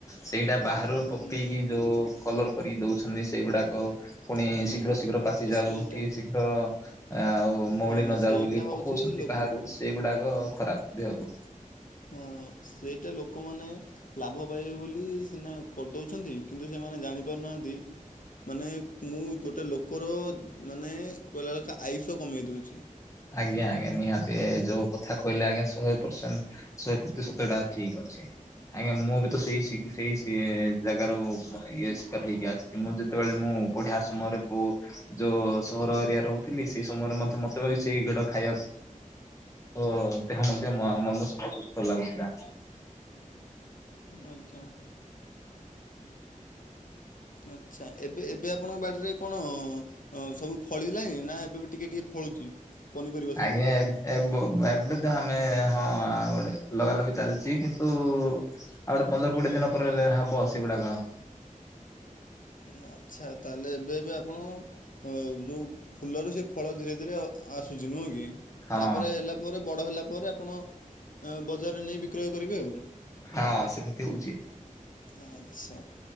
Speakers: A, on the left; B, on the left.
A: ସେଇଟା ବାହାରୁ ପକେଇକି
B: ହୁଁ
A: ଯୋଉ କଲର କରିକି ଦଉଛନ୍ତି ସେଇଗୁଡାକ ପୁଣି
B: ହଁ
A: ଶୀଘ୍ର ଶୀଘ୍ର ପାଚି
B: ତ
A: ଯାଉ
B: ସେଇଟା
A: କି ଶୀଘ୍ର ଆଉ ମଉଳି
B: ହଁ
A: ନଯାଉ
B: ସେଇଟା
A: ବୋଲି
B: ହେଉଛି
A: ପକଉଛନ୍ତି
B: ଲୋକ
A: ବାହାରୁ ସେଇଗୁଡାକ ଖରାପ୍ ଦେହକୁ।
B: ହୁଁ ସେଇଟା ଲୋକମାନେ ଲାଭ ପାଇବେ ବୋଲି ସିନା କରଦଉଛନ୍ତି କିନ୍ତୁ ସେମାନେ ଜାଣି ପାରୁନାହାନ୍ତି ମାନେ ମୁଁ ଗୋଟେ ଲୋକର ମାନେ କହିଲାବେଳକା ଆୟୁଷ କମେଇ ଦେଉଛି।
A: ଆଜ୍ଞା ଆଜ୍ଞା ନିହାତି ଆ ଯୋଉ କଥା କହିଲେ ଆଜ୍ଞା ଶହେ ପରସେଣ୍ଟ। ଶହେ ପ୍ରତିଶତଟା ଠିକ୍ ଅଛି ଆଜ୍ଞା ମୁଁ ବି ତ ସେଇ ସେଇ ଜାଗାରୁ ଇଏ ଶିକାର ହେଇକି ଆସିଛି ମୁଁ ଯେତେବେଳେ ମୁଁ ପଢିବା ସମୟରେ ବୋ ଯୋଉ ସହର ଏରିଆରେ ରହୁଥିଲି ସେଇ ସମୟରେ ମଧ୍ୟ ମତେ ସେଇ ଗୁଡା ଖାଇବାକୁ ଓ ଦେହ ମଧ୍ୟ ମ ମର୍ମସତ ଅସୁସ୍ଥ ଲାଗୁଥିଲା।
B: ମୁଁ ଆଜ୍ଞା। ଆଚ୍ଛା ଏବେ ଏବେ ଆ ଆପଣଙ୍କ ବାଡ଼ିରେ କଣ ଅଁ ଅଁ ସବୁ ଫଳିଲାଣି ନା ଏବେ ଟିକେ ଟିକେ ଫଳୁଛି? ପନିପରିବା ସବୁ
A: ଆଜ୍ଞା ଏ ବୋଉ ଏବେ ତ ଆମେ ହଁ ଗୋଟେ ଲଗା ଲଗି ଚାଲିଛି କିନ୍ତୁ ଆଉ ଗୋଟେ ପନ୍ଦର କୋଡିଏ ଦିନ ପରେ ହେଲେ ହବ ସେ ଗୁଡାକ ଆ
B: ହୁଁ ଆଚ୍ଛା ତାହେଲେ ଏବେ ଏବେ ଆପଣ ହଁ ଯୋଉ ଫୁଲରୁ ସେ ଫଳ ଧୀରେ ଧୀରେ ଅ ଆସୁଛି ନୁହେଁ କି?
A: ହଁ।
B: ତାପରେ ହେଲା ପରେ ବଡ଼ ହେଲା ପରେ ଆପଣ ଅଁ ବଜାରରେ ନେଇ ବିକ୍ରୟ କରିବେ ଆଉ।
A: ହଁ ସେମିତି ହଉଚି।
B: ଆଚ୍ଛା